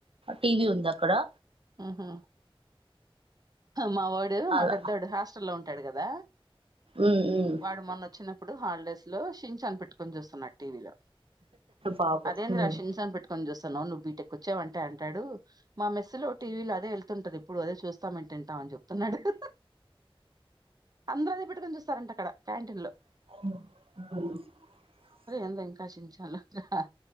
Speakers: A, on the right (about 70°); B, on the right (about 40°).
A: టీవీ ఉంది అక్కడా
B: ఆహా మా వాడు మా
A: అలా
B: పెద్దొడు హాస్టల్లో ఉం టాడు కదా
A: ఉమ్ ఉమ్
B: వాడు మొన్న వచ్చినప్పుడు హాలిడేస్ లో షిన్‌చాన్ పెట్టుకొని చూస్తున్నాడుటీవీలో
A: పాపం
B: అదేంద్ర
A: ఉమ్
B: షిన్‌చాన్ పెట్టుకొని చూస్తాన్నావు నువ్ బీటెక్ వచ్చామంట అంటడు మా మెస్సులో టీవీలో అదే వెళ్తుంటది ఇప్పుడు అదే చూస్తామ తింటామ అని చెప్తున్నాడు అహ అ అందరు అది పెట్టుకుని చూస్తారంట అక్కడ క్యాంటీన్ లో
A: ఉమ్
B: అధే ఇంకా షించన్లు అ